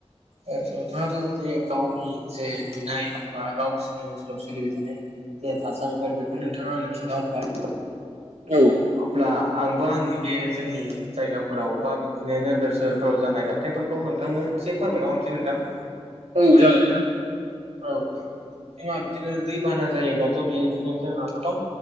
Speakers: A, on the right (about 75°); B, on the right (about 90°).
A: ओ नोंथाङाथ' जे गावनि जे नुनाय बा गावसिनि ओनसोलाव सोलिबाय थानाय जे थासारिफोर बेखौ नोंथाङा आंनो खिन्थाहरबाय।
B: औ।
A: अब्ला आंबो आंनि बे जोंनि जायगाफोराव बा बिदिनो नोगोर सोहोरफोराव जानाय जा थायफोरखौ नोंथांनो एसे फोरमायना हरनोसै नोंथां।
B: औ जागोन नोंथां।
A: औ जोंहा बिदिनो दैबाना जायोब्लाथ' बेदिनो जोंहा गोबां